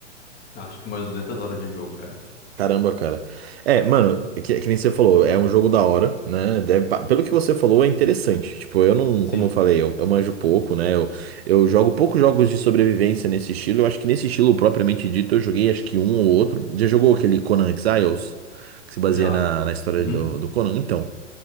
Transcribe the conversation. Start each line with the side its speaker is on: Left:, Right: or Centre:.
Left: acho que umas 200 horas de jogo, cara.
Right: Caramba, cara. É, mano, que, que nem você falou, é um jogo da hora, né? Deve pa- pelo que você falou, é interessante. Tipo, eu não,
Left: Sim,
Right: como eu falei, eu, eu manjo pouco, né? Eu, eu jogo poucos jogos de sobrevivência nesse estilo. Eu acho que nesse estilo propriamente dito, eu joguei acho que um ou outro. Já jogou aquele Conan Exiles? Que se baseia
Left: já.
Right: na, na história
Left: Uhum,
Right: do, do Conan? Então,